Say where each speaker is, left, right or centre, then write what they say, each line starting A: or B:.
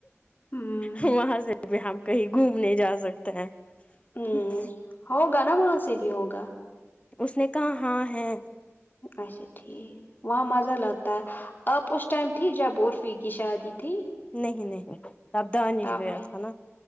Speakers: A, on the left (about 40°); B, on the left (about 25°).
A: ہوں
B: وہاں سے بھی ہم کہیں گھومنے جا سکتے ہیں
A: ہوں،
B: اچ
A: ہوگا نا وہاں سے بھی ہوگا
B: اس نے کہا ہاں ہے
A: اچھا ٹھیک وہاں مزہ لگتا ہے اب اس ٹائم تھی جب عرفی کی شادی تھی
B: نہیں نہیں تب دانش
A: تب
B: گیا
A: میں
B: تھا نا